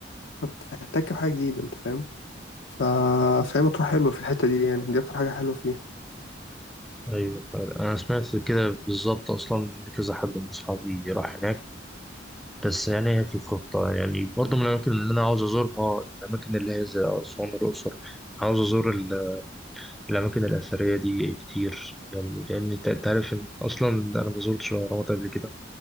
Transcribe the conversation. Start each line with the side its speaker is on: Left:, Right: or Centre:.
Left: فبتحتك بحاجة جديدة أنت فاهم ف- فهي مطروح حلوة في الحتة دي يعني دي أكتر حاجة حلوة فيها
Centre: أيوه أنا سمعت كده بالظبط أصلا إن كذا حد من أصحابي راح هناك بس يعني هي في الخطة يعني برضه من الأماكن اللي أنا عاوز أزورها الأماكن اللي هي زي أسوان والأقصر عاوز أزور ال- الأماكن الأثرية دي كتير يعني لأن أنت أنت عارف إن أصلا أنا ما زرتش الأهرامات قبل كده